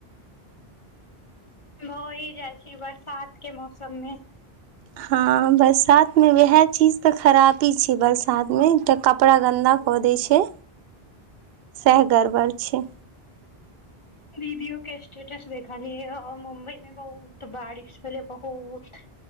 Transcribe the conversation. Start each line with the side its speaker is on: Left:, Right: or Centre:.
Left: होइ जाय छै ई बरसात के मौसम मे
Right: हँ बरसात मे वएह चीज तऽ खराबी छै बरसात मे तऽ कपड़ा गन्दा कऽ दै छै सेह गड़बड़ छै
Left: दीदियो के स्टेटस देखलीयै ह मुम्बई में बहुत बारिश भेलै बहुत